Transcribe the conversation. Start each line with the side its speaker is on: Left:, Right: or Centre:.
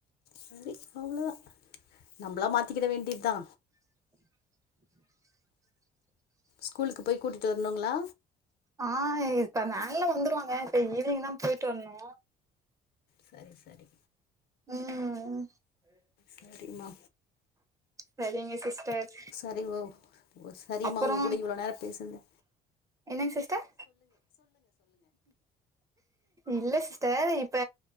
Left: சரி அவ்ளோதா நம்மளா மாத்திக்கிட வேண்டியதா ஸ்கூலுக்கு போய் கூட்டிட்டு வரணுங்களா
Right: ஆ இப்ப வேன்ல வந்துருவாங்க இப்ப ஈவினிங் தா போயிட்டு வரணு
Left: சரி சரி
Right: ம்
Left: சரிம்மா
Right: சரிங்க சிஸ்டர்
Left: சரி ஓ சரிம்மா
Right: அப்புறோ
Left: உங்க கூட இவ்ளோ நேரோ பேசன்து
Right: என்னங்க சிஸ்டர் இல்ல சிஸ்டர் இப்ப